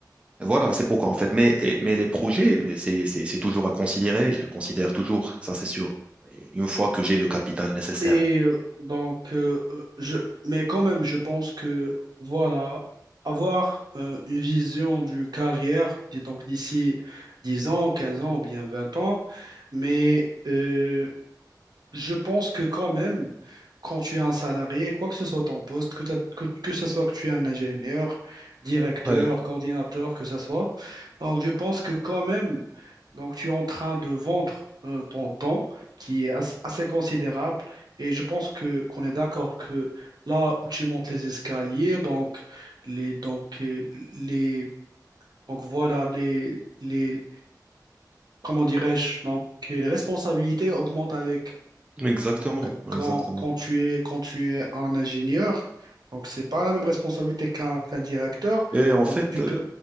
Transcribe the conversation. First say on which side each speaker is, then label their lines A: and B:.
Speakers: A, on the right; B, on the right.
A: Voilà, c'est pourquoi en fait. Mais, et- mais les projets, euh, c'est, c'est, c'est toujours à considérer, je le considère toujours, ça c'est sûr. Et Une fois que j'ai le capital nécessaire.
B: Et euh, donc, euh, euh, je, mais quand même, je pense que, voilà, avoir euh, une vision d'une carrière, dis donc d'ici 10 ans, 15 ans ou bien 20 ans, mais euh, Je pense que quand même, quand tu es un salarié, quoi que ce soit ton poste, que, t'as- que, que ce soit que tu es un ingénieur, directeur,
A: Ouais.
B: coordinateur, que ce soit, donc je pense que quand même, donc tu es en train de vendre euh, ton temps, qui est as- assez considérable, et je pense que qu'on est d'accord que là où tu montes les escaliers, donc les donc euh, les donc voilà les les comment dirais-je donc les responsabilités augmentent avec
A: Exactement,
B: donc, quand,
A: exactement.
B: quand tu es, quand tu es un ingénieur, donc c'est pas la même responsabilité qu'un qu'un directeur.
A: Et en fait,
B: Donc, tu peux.